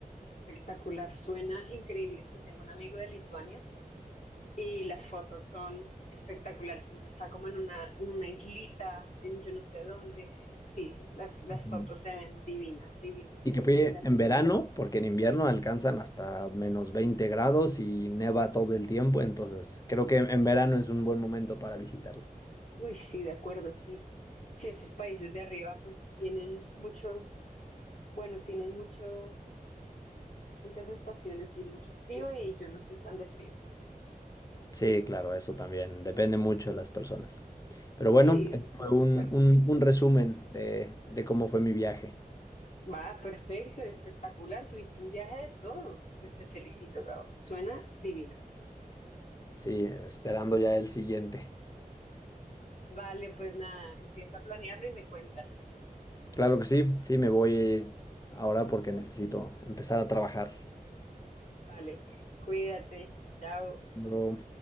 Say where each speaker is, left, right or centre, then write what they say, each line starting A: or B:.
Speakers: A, on the left; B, on the left.
A: espectacular, suena increíble. Sí, tengo un amigo de Lituania y las fotos son espectaculares. Siempre está como en una, en una islita, en yo no sé dónde. Sí, las, las
B: Ujú.
A: fotos se ven divinas, divinas,
B: Y
A: divinas,
B: que fui
A: de acuerdo.
B: en verano, porque en invierno alcanzan hasta menos 20 grados y neva todo el tiempo, entonces creo que en verano es un buen momento para visitarlo.
A: Uy, sí, de acuerdo, sí. Sí, esos países de arriba pues tienen mucho, bueno, tienen mucho muchas estaciones y mucho frío y yo no soy tan de frío.
B: Sí, claro, eso también depende mucho de las personas. Pero bueno,
A: Sí,
B: este
A: sí, sí,
B: fue
A: de
B: un,
A: acuerdo.
B: un- un resumen de, de cómo fue mi viaje.
A: Va, perfecto, espectacular. Tuviste un viaje de todo. Pues te felicito, Gabo. Suena divino.
B: Sí, esperando ya el siguiente.
A: Vale, pues nada, empieza a planearlo y me cuentas.
B: Claro que sí, sí, me voy ahora porque necesito empezar a trabajar.
A: Vale, cuídate. Chao.
B: Luego